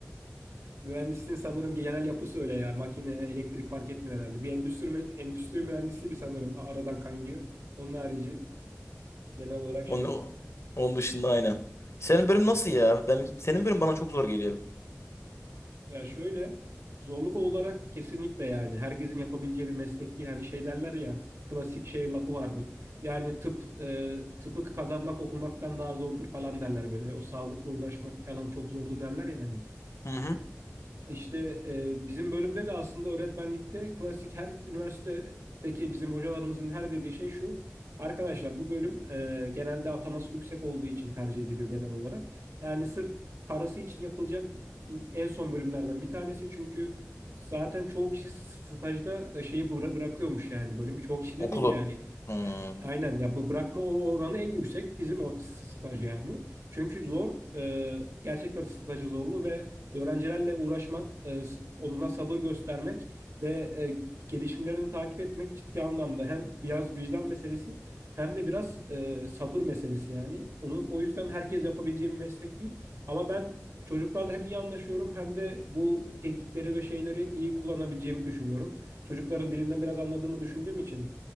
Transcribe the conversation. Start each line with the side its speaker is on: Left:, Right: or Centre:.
Right: Mühendisliğin sanırım genel yapısı öyle ya. Makine, elektrik fark etmiyor herhalde. Bir endüstri, mü- endüstri mühendisi bir sanırım a- aradan kaynıyor. Onun harici genel olarak şey.
Left: Onun, onun dışında aynen. Senin bölüm nasıl ya? Ben, senin bölüm bana çok zor geliyor.
Right: Ya şöyle zorluk olarak kesinlikle yani herkesin yapabileceği bir meslek değil. Hani şey derler ya klasik şey lafı vardır. Yani tıp e, tıpı kazanmak okumaktan daha zordur falan derler böyle. O sağlıkla uğraşmak falan çok zordur derler yani.
Left: Hı hı.
Right: İşte e, bizim bölümde de aslında öğretmenlikte klasik her üniversitedeki bizim hocalarımızın her dediği şey şu. Arkadaşlar bu bölüm e, genelde ataması yüksek olduğu için tercih ediliyor genel olarak. Yani sırf parası için yapılacak en son bölümlerden bir tanesi. Çünkü zaten çoğu kişi stajda e, şeyi bıra- bırakıyormuş yani bölümü. Çoğu kişi dediğim
Left: Okulu.
Right: yani
Left: Hmm,
Right: e, aynen ya bu bırakma or- oranı en yüksek bizim o s- staj yani. Çünkü zor e, gerçekten stajı zorlu ve öğrencilerle uğraşmak, e, onlara sabır göstermek ve e, gelişimlerini takip etmek ciddi anlamda hem biraz vicdan meselesi hem de biraz e, sabır meselesi yani. Onu o yüzden herkes yapabileceği bir meslek değil. Ama ben çocuklarla hem iyi anlaşıyorum hem de bu teknikleri ve şeyleri iyi kullanabileceğimi düşünüyorum. Çocukların dilinden biraz anladığımı düşündüğüm için